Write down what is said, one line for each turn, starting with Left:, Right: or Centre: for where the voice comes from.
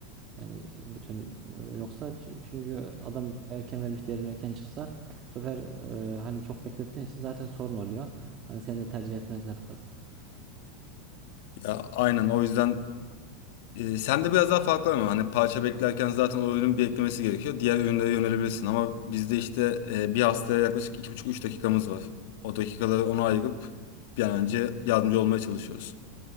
Right: Yani e, bütün e, yoksa çi- şimdi adam erken vermiş değerini erken çıksa bu sefer e, hani çok beklettiğin için zaten sorun oluyor. Hani seni de tercih etmezler fazla.
Left: Ya aynen o yüzden Ee, sen de biraz daha farklı ama hani parça beklerken zaten o ürünün bir eklemesi gerekiyor. Diğer ürünlere yönelebilirsin ama bizde işte e, bir hastaya yaklaşık iki buçuk üç dakikamız var. O dakikaları ona ayırıp bir an önce yardımcı olmaya çalışıyoruz.